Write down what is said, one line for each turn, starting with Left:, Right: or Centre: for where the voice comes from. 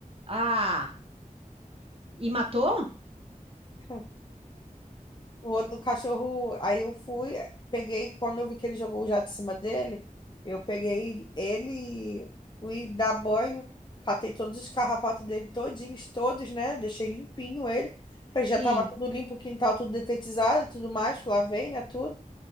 Right: Ah, e matou?
Left: <laughs> O outro cachorro, aí eu fui, peguei, quando eu vi que ele jogou o jato em cima dele, eu peguei ele, fui dar banho, catei todos os carrapatos dele todinhos, todos, né? Deixei limpinho ele. Falei, já
Right: Sim,
Left: tava tudo limpo, o quintal tudo detetizado, e tudo mais, lavei, né, tudo.